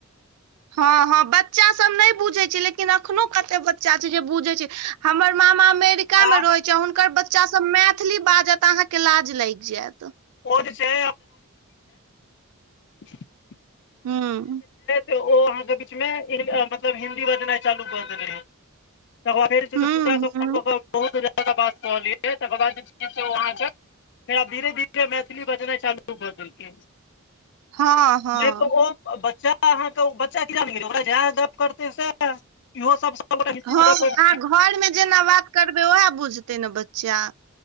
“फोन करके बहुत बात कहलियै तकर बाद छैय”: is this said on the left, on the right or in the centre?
Left